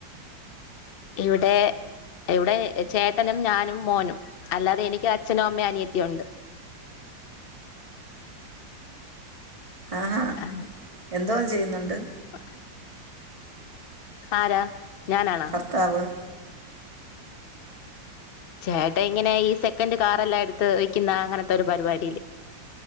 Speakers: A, on the left; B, on the right.
A: ഇവിടെ ഇവിടെ ചേട്ടനും ഞാനും മോനും. അല്ലാതെ എനിക്ക് അച്ഛനും അമ്മയും അനിയത്തിയും ഉണ്ട്.
B: ആഹ ഹാ.
A: ആഹ്.
B: എന്തോ ചെയ്യ്ന്നുണ്ട്?
A: <inaudible> ആരാ ഞാനാണോ?
B: ത്താവ്.
A: ചേട്ടൻ ഇങ്ങനെ ഈ സെക്കൻറ് കാറെല്ലാം എട്ത്ത് വെക്കിന്ന അങ്ങൻത്തൊരു പരിപാടീല്.